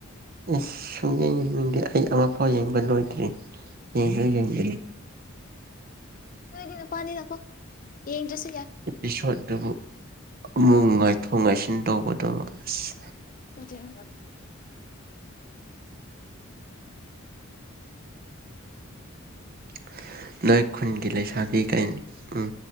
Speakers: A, on the right (about 45°); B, on the left (about 40°).
A: ꯑꯦꯁ ꯁꯨꯝ ꯌꯦꯡꯉꯦꯡꯗꯦ ꯑꯩ ꯑꯃꯐꯥꯎ ꯌꯦꯡꯕ ꯂꯣꯏꯗ꯭ꯔꯤ ꯌꯦꯡꯁꯨ ꯌꯦꯡꯗ꯭ꯔꯤ <inaudible>
B: ꯅꯣꯏꯗꯤ ꯅꯨꯄꯥꯅꯤꯅꯀꯣ ꯌꯦꯗ꯭ꯔꯁꯨ
A: ꯑꯦꯄꯤꯁꯣꯠꯗꯨꯕꯨ ꯑꯃꯨꯛ ꯉꯥꯏꯊꯣꯛ ꯉꯥꯏꯁꯤꯟ ꯇꯧꯕꯗꯨ ꯑꯁ
B: ꯅꯠꯇꯦ ꯑꯥ
A: <unintelligible> ꯅꯣꯏ ꯈꯨꯟꯒꯤ ꯂꯩꯁꯥꯕꯤ ꯀꯩ ꯎꯝ